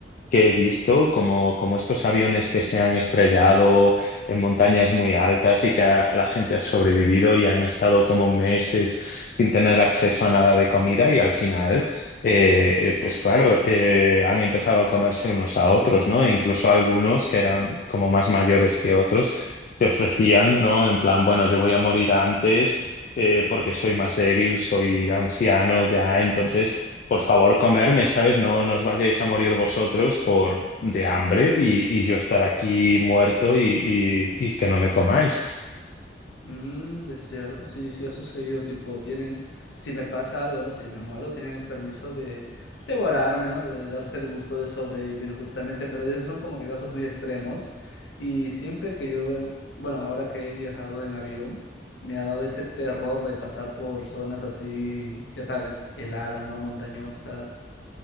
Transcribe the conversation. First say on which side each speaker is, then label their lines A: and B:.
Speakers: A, on the left; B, on the left.
A: he visto, como, como estos aviones que se han estrellado en montañas muy altas y que a- la gente ha sobrevivido y han estado como meses sin tener acceso a nada de comida y al final, eh, eh, pues claro, eh, han empezado a comerse unos a otros, ¿no? E incluso algunos que eran como más mayores que otros se ofrecían, ¿no? En plan, bueno, yo voy a morir antes. eh, porque soy más débil, soy anciano ya, entonces por favor, comerme, ¿sabes? No, no os vayáis a morir vosotros por de hambre y, y yo estar aquí muerto y, y- y que no me comáis.
B: Mm, de cierto, sí, sí ha sucedido, tipo, tienen, si me pasa algo, ¿no? Si me muero, tienen el permiso de devorarme, ¿no? De darse el gusto de sobrevivir justamente, pero esos son como que casos muy extremos. Y siempre que yo, he- bueno, ahora que he viajado en avión, me ha dado ese terror de pasar por zonas así, ya sabes, heladas, ¿no? Montañosas.